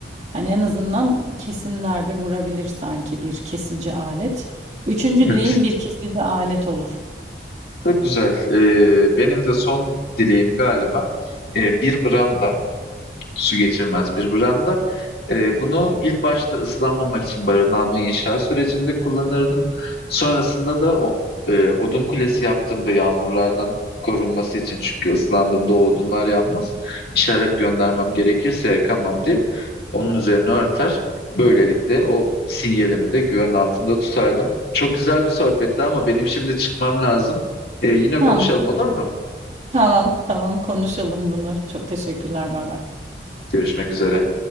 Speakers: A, on the right; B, on the left.
A: Hani en azından kesin darbe vurabilir sanki bir kesici alet. Üçüncü
B: hı.
A: dileğim bir kesici alet olur.
B: Çok güzel. Ee, benim de son dileğim galiba e, bir branda su geçirmez bir branda. Ee, bunu ilk başta ıslanmamak için barınağımı inşa sürecinde kullanırdım. Sonrasında da o e, odun kulesi yaptığımda yağmurlardan korunması için çünkü ıslandığımda o odunlar yanmaz. İşaret göndermem gerekirse yakamam diye onun üzerine örter. Böylelikle o sinyalimi de güven altında tutardım. Çok güzel bir sohbetti ama benim şimdi çıkmam lazım. Ee, yine
A: Tamam.
B: konuşalım olur mu?
A: Tamam, tamam konuşalım bunu. Çok teşekkürler. Bay bay.
B: Görüşmek üzere.